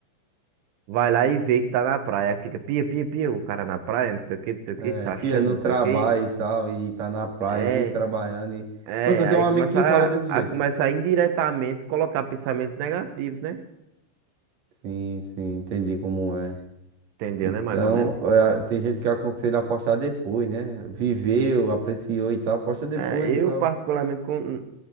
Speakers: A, on the right; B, on the right.
A: <laughs> vai lá e vê que tá na praia. Aí fica pia, pia, pia, o cara na praia, não sei o que, não sei o
B: É,
A: que, se achando,
B: pia, não
A: não
B: trabalha
A: sei o que.
B: e tal, e tá na praia,
A: É,
B: eu vivo trabalhando e.
A: é,
B: Pronto, eu tenho
A: aí
B: um amigo
A: começa
B: que fala desse jeito.
A: a, a começar indiretamente colocar pensamentos negativos, né?
B: Sim, sim, entendi como é.
A: Entendeu,
B: Então,
A: né? Mais ou menos.
B: é, tem gente que aconselha a postar depois, né? Viveu, apreciou e tal, posta depois
A: É,
B: e tal.
A: eu particularmente con-